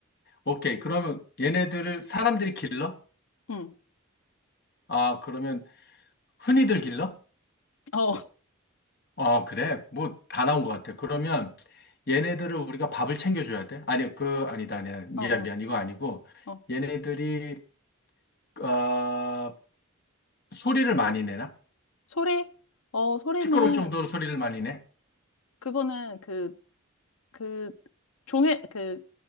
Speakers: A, on the left; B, on the left.
A: 오케이. 그러면
B: 응,
A: 얘네들을 사람들이 길러?
B: 응.
A: 아, 그러면 흔히들 길러?
B: 어,
A: 어, 그래. 뭐, 다 나온 것 같아. 그러면 얘네들을 우리가 밥을 챙겨줘야 돼? 아니, 그, 아니다, 아니야.
B: <laughs>
A: 미안,
B: 어, 어,
A: 미안. 이거 아니고.
B: 어.
A: 얘네들이, 어, 소리를 많이 내나?
B: 소리? 어, 소리는,
A: 시끄러울 정도로 소리를 많이 내?
B: 그거는 그, 그, 종의, 그,